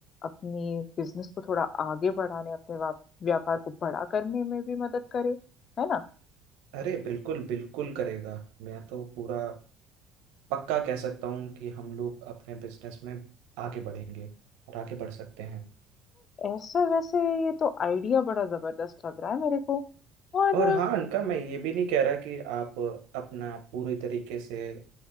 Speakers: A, on the left; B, on the right.
A: अपनी बिजनेस को थोड़ा आगे बढ़ाने अपने वाप- व्यापार को बड़ा करने में भी मदद करे है ना
B: अरे बिल्कुल बिल्कुल करेगा मैं तो पूरा पक्का कह सकता हूँ कि हम लोग अपने बिजनेस में आगे बढ़ेंगे और आगे बढ़ सकते हैं
A: ऐसा वैसे ये तो आइडिया बड़ा जबरदस्त लग रहा है मेरे को और
B: और हाँ अनका मैं ये भी नहीं कह रहा कि आप अपना पूरी तरीके से